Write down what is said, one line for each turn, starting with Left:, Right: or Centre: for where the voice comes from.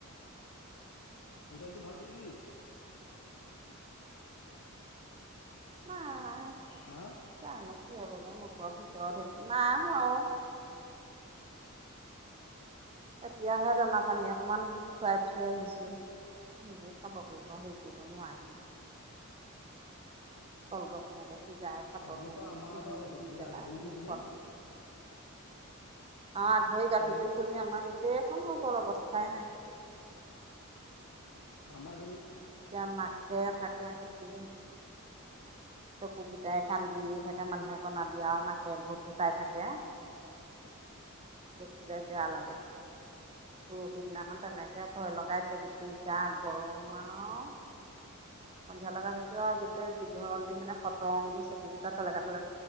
Left: মোবাইলটো ভাল হৈছে নেকি?
Right: নাহ
Left: হা
Right: জানো কি হব। কিবা মুখৰ ভিতৰত হৈছে নাই হোৱা ও। এতিয়াহে দানা-পানী অকমান খুৱাই থৈ আহিছোঁ। নিজে খাব কৰিব হেৰি কৰিব নোৱাৰেই। কল গছ এনেকে সিজাই চাপৰটো
Left: আজিৰ পৰা
Right: দি
Left: আমাৰ
Right: পিহি
Left: এটা হৈছে
Right: পিহি
Left: ভৰি
Right: পেলাই
Left: আগ ভৰিটো
Right: মুখত
Left: তেনে
Right: দি অ', আগ ভৰি
Left: এতিয়া
Right: গাঁঠিটো ফুলি আমাৰ গোটেই গোটেইখন হৈ গল অৱস্থায়ে নাই।
Left: আমাৰ
Right: এতিয়া নাকে চাকে গোটেই চকু গোটেই কান্দিয়ে থাকে মানুহে কন্দা দি, আৰু নাকে ঘোঁট ঘোঁটাই থাকে। দেখিলে বেয়া লাগে। পৰহিদিনাখন তেনেকৈ ভয় লগাই দিলে, গোটেই গা গৰম। মাও সন্ধিয়া লগে হয়ছো আৰু গোতেই <unintelligible> চকু গিতা <unintelligible> কৰি